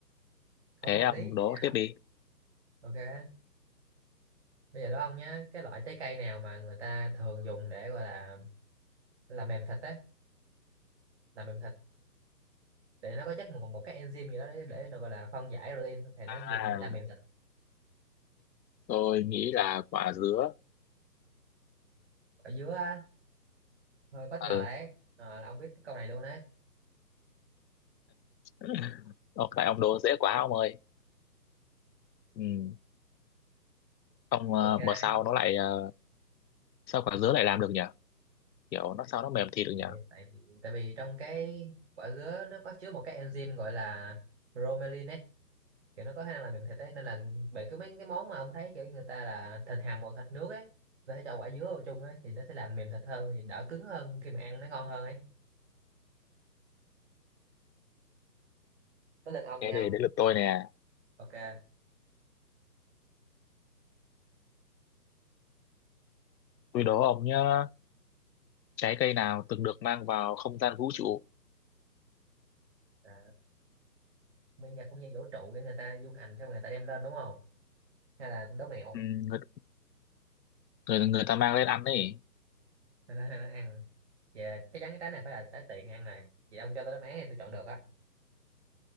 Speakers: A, on the right (about 40°); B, on the left (about 85°).
A: không
B: Thế
A: hợp
B: ông
A: lý tí
B: đố
A: nào
B: tiếp
A: ấy.
B: đi.
A: ok bây giờ đó ông nhá cái loại trái cây nào mà người ta thường dùng để gọi là làm mềm thịt ấy làm mềm thịt để nó có chắc một một cái enzyme gì đó để để được gọi là phân giải protein thì nó dùng
B: À,
A: để làm mềm thịt
B: tôi nghĩ là quả dứa.
A: ở dưới á hơi bất
B: Ừ.
A: ngờ đấy Ờ, là ông biết cái câu này luôn đấy
B: <laughs> Ô, tại ông đố dễ quá ông ơi. Ừ. Ông ờ,
A: ok
B: mà sao nó lại ờ, sao quả dứa lại làm được nhỉ? Kiểu nó sao nó mềm thịt được nhỉ?
A: tại vì tại vì trong cái quả dứa nó có chứa một cái enzyme gọi là bromelain ấy kiểu nó có khả năng làm mềm thịt ấy nên là bởi cứ mấy cái món mà ông thấy kiểu người ta là thịt hầm hoặc thịt nướng ấy người ta sẽ cho quả dứa vào chung ấy thì nó sẽ làm mềm thịt hơn thì đỡ cứng hơn khi mà ăn nó ngon hơn ấy tới lượt ông đi
B: Thế
A: ông
B: để đến lượt tôi nè.
A: ok
B: Tôi đố ông nhá. Trái cây nào từng được mang vào không gian vũ trụ?
A: à bây giờ không gian vũ trụ để người ta du hành xong người ta đem lên đúng không hay là đố mẹo
B: Ừ, người, người người ta mang lên ăn ấy.
A: hay là, hay là ăn vậy là chắc chắn cái trái này phải là trái tiện ăn rồi vậy ông cho tôi đáp án thì tôi chọn được á